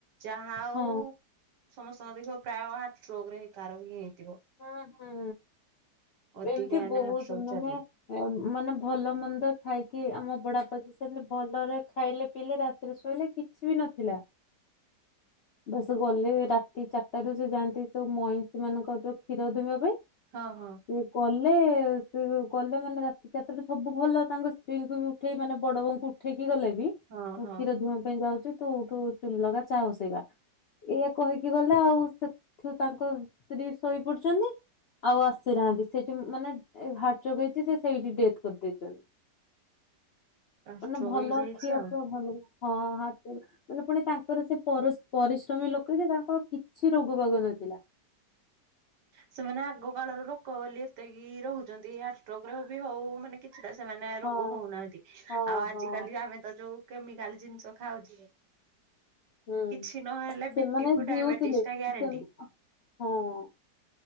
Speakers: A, on the right; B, on the left.
A: ଯାହା ହଉ
B: ହଁ
A: ସମସ୍ତଙ୍କ ଦେଖିବ ପ୍ରାୟ ହାର୍ଟ ଚୋକ୍ ରେ ହିଁ କାହାର ବିି ହେଇଥିବ।
B: ହୁଁ ହୁଁ।
A: ଅଧିକା
B: ଏମତି
A: ଏଇନା
B: ବହୁତ୍
A: ହାର୍ଟ ଷ୍ଟ୍ରୋକ
B: ମାନେ
A: ଚାଲିଛି
B: ମାନେ ଭଲ ମନ୍ଦ ଖାଇକି ଆମ ବଡ ବାପା ଯିଏ ସେମିତି ଭଲରେ ଖାଇଲେ ପିଇଲେ ରା ଯେତବେଳେ ଶୋଇଲେ କିଛି ବି ନଥିଲା। <unintelligible> ଗଲେ ରାତି ଚାରିଟା ରୁ ସେ ଯାଆନ୍ତି ସେ ମଇଁଷି ମାନଙ୍କର ଯୋଉ କ୍ଷୀର ଦୁହିଁବା ପାଇଁ।
A: ହଁ ହଁ।
B: ସେ ଗଲେ ସେ ଗଲେ ମାନେ ରାତି ଚାରିଟାରୁ ସବୁ ଭଲ ତାଙ୍କ ସ୍ତ୍ରୀଙ୍କୁ ବି ଉଠେଇ ମାନେ ବଡ ବୋଉଙ୍କୁ ଉଠେଇକି ଗଲେ ବି,
A: ହଁ
B: ମୁଁ
A: ହଁ
B: କ୍ଷୀର ଦୁହିଁବା ପାଇଁ ଯାଉଚି ତୁ ଉଠୁ ଚୁଲି ଲଗା ଚାହା ବସେଇବା। ଏଇଆ କହିକି ଗଲେ ଆଉ ସେଠୁ ତାଙ୍କ ସ୍ତ୍ରୀ ଶୋଇପଡିଛନ୍ତି। ଆଉ ଆସିନାହାନ୍ତି। ସେଠି ମାନେ ହାର୍ଟ ଚୋକ୍ ହେଇଚି ସେ ସେଇଠି ଡେଥ୍ କରିଦେଇଛନ୍ତି। ମାନେ
A: ଷ୍ଟ୍ରୋକ
B: ଭଲ
A: ହେଇଯାଇଛି
B: ଖିଆ
A: ଆଉ
B: ପିଆ ଭଲ ନାହିଁ ଆଜି। ମାନେ ପୁଣି ତାଙ୍କର ସେ ପରିଶ୍ରମୀ ଲୋକେ ଯେ ତାଙ୍କର କିଛି ରୋଗ ବାଗ ନଥିଲା।
A: ସେମାନେ ଆଗ କାଳର ଲୋକ ବୋଲି ଏତେକି ରହୁଛନ୍ତି ହାର୍ଟଷ୍ଟ୍ରୋକରେ ବି ହଉ ମାନେ କେ ସେଟା ସେମାନେ
B: ହଁ
A: ରୋଗ ହଉନାହାନ୍ତି
B: ହଁ
A: ଆଉ ଆଜିକାଲି
B: ହଁ
A: ଆମେ ତ ଯୋଉ କେମିକାଲ ଜିନିଷ ଖାଉଛି।
B: ହୁଁ
A: କିଛି ନହେଲେ
B: ସେମାନେ
A: ବି ପି କୁ
B: ଜିଉଥିଲେ।
A: ଡାଇବେଟିସ ଟା ଗ୍ୟାରେଣ୍ଟି।
B: ସେମ୍ ହଁ